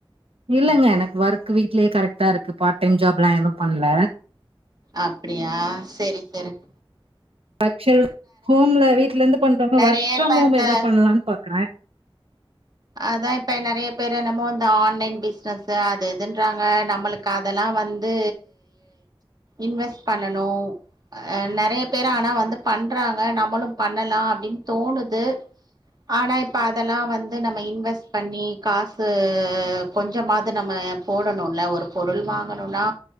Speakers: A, on the right; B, on the right.
A: இல்லங்க எனக்கு ஒர்க் வீட்லேயே கரெக்டா இருக்கு பார்ட் டைம் ஜாப்ல்லா எதுவு பண்ல
B: அப்டியா செரிங் செரிங்
A: ஆக்சுவல் ஹோம்ல வீட்ல இருந்து பண்றமா
B: நெறைய
A: ஒர்க் ஃப்ரம்
B: இப்ப
A: ஹோம்
B: இந்த
A: எதாவது பண்ணலான் பாக்குறே
B: அதா இப்ப நெறைய பேர் என்னமோ இந்த ஆன்லைன் பிஸ்னஸ் அது இதுன்றாங்க நம்மளுக் அதெல்லா வந்து இன்வெஸ்ட் பண்ணனு அ நெறைய பேர் ஆனா வந்து பண்றாங்க நம்மளு பண்ணலா அப்டின் தோணுது ஆனா இப்ப அதெல்லா வந் து நம்ம இன்வெஸ்ட் பண்ணி காசு கொஞ்சமாது நம்ம போடணுல்ல ஒரு பொருள் வாங்கணுன்னா